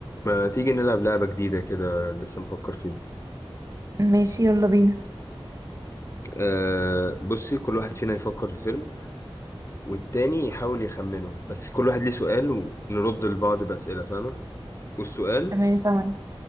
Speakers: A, on the left (about 30°); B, on the right (about 35°).
A: ما تيجي نلعب لعبة جديدة كده لسه مفكر فيها
B: ماشي يلا بينا
A: أه بصي كل واحد فينا يفكر في فيلم والتاني يحاول يخمنه بس كل واحد ليه سؤال ونرد لبعض بأسئلة فاهمة والسؤال
B: تمام تمام